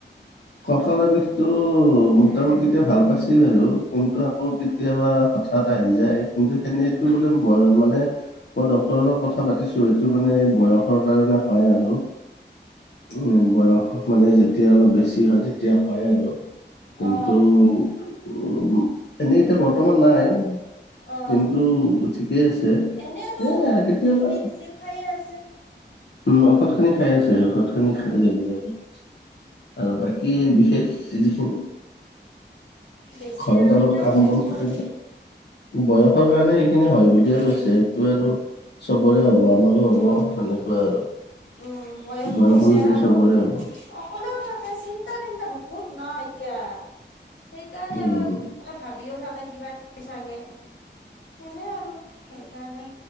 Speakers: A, on the left (about 65°); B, on the left (about 80°).
A: কঁকালৰ বিষটো মোটামুটি এতিয়া ভাল পাইছে বাৰু কিন্তু আকৌ
B: উম,
A: কেতিয়াবা হঠাৎ আহি যায়। কিন্তু সেনেতটো
B: উম,
A: বোলে মানে মই ড্টৰ লগত কথা পাতিছো টো মানে বয়সৰ
B: উম,
A: কাৰণে হয় আৰু। উম, বয়স মানে যেতিয়া অলপ বেছি কি হয় তে এতিয়া হয় আৰু। কিন্তু
B: অ',
A: উ এনেই এতিয়া বৰ্তমান নাই,
B: অ',
A: কিন্তু ঠিকেই আছে
B: এনেওতো
A: এ
B: ঔষধ
A: কেতিয়াবা
B: যিখিনি দিছিল খায়ে আছে।
A: উম, ঔষধ খিনি খাই আছে। ঔষধ খিনি খাই
B: অ',
A: ৰেগুলাৰ কৈ। আৰু বাকী বিশেষ যিখিনি
B: বেছি
A: ঘৰত
B: আৰু এতিয়া
A: কাম
B: বয়সো
A: বন থাকে
B: হৈছে।
A: যে বয়সৰ কাৰণে স খিনি হয় বুলিয়ে
B: উম,
A: কৈছে সেইটো আৰু চবৰে হ'বা আমাৰো
B: উম,
A: হ'ব সেনেকুৱাই আৰু।
B: উম বয়সো
A: বয়স
B: হৈছে
A: অনুযায়ী
B: আৰু
A: চবৰে হ'ব
B: অকলেও থাক চিন্তা তিন্তা বহুত নহ এতিয়া। সেইকাৰণে
A: উম
B: আৰু অ ভাবিও থাকো কিবা-কিবি চাগে, সেনে আৰু সেইকাৰণে।